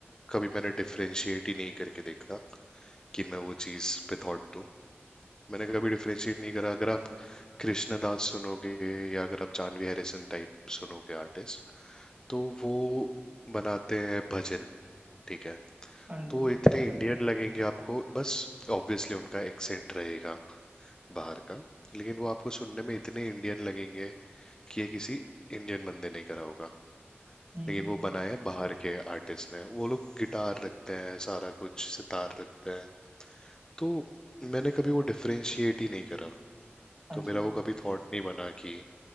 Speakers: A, on the left; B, on the right.
A: कभी मैंने डिफरेंशिएट ही नहीं करके देखा कि मैं वो चीज़ पे थॉट दूं मैंने कभी डिफरेंशिएट नहीं करा अगर आप कृष्णदास सुनोगे या अगर आप जानवी हैरिसन टाइप सुनोगे आर्टिस्ट तो वो बनाते हैं भजन ठीक है
B: हाँ जी
A: तो वो इतने इंडियन लगेंगे आपको बस ऑब्वियसली उनका एक्सेंट रहेगा बाहर का लेकिन वो आपको सुनने में इतने इंडियन लगेंगे कि ये किसी इंडियन बंदे ने करा होगा
B: हम्म
A: लेकिन वो बनाए हैं बाहर के आर्टिस्ट ने वो लोग गिटार रखते हैं सारा कुछ सितार रखते हैं तो मैंने कभी वो डिफरेंशिएट ही नहीं करा
B: हाँ
A: तो
B: जी
A: मेरा वो कभी थॉट नहीं बना कि